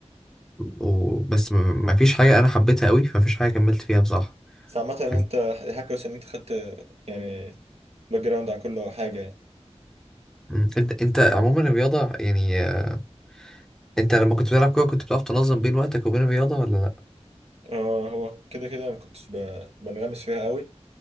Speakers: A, in the centre; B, on the right.
A: وبس م- مفيش حاجة أنا حبيتها قوي فمفيش حاجة كملت فيها بصراحة
B: بس عامه ان
A: كان
B: انت حاجه كويسه ان انت خدت يعني باك جراوند عن كل حاجه يعني
A: مم. أنت أنت عموما الرياضة يعني آه، أنت لما كنت بتلعب كورة كنت بتعرف تنظم بين وقتك وبين الرياضة ولا لأ؟
B: اه هو كده كده ما كنتش ب- بنغمس فيها قوي